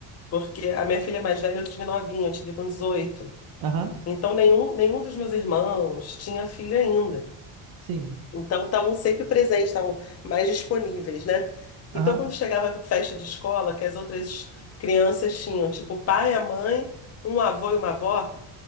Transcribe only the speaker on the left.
porque a minha filha mais velha eu tive novinha, eu tive com dezoito,
Então nenhum, nenhum dos meus irmãos tinha filho ainda.
Então estavam sempre presentes, estavam mais disponíveis, né?
Então quando chegava a festa de escola, que as outras crianças tinham, tipo, o pai, a mãe, um avô e uma avó,